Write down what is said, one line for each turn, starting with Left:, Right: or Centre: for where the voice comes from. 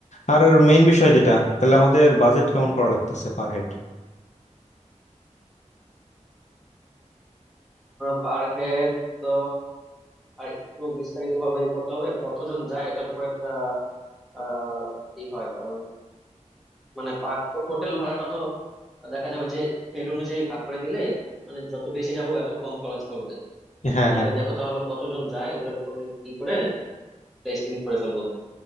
Left: আর মেইন বিষয় যেটা তাহলে আমাদের বাজেট কেমন পড়া লাগতেছে পার হেড
Centre: পার হেড তো আর একটু বিস্তারিত ভাবে করতে হবে কতজন যায় এটার উপর একটা আহ ই হয় কারণ মানে পার হোটেল ভাড়াটা তো দেখা যাবে যে হেড অনুযায়ী ভাগ করে দিলে মানে যত বেশি যাব এত কম খরচ পড়বে
Left: হ্যাঁ
Centre: তুমি
Left: হ্যাঁ
Centre: আগে দেখো তাহলে কতজন যায় ওটার উপর নি- কি করে এস্টিমেট করে ফেলবো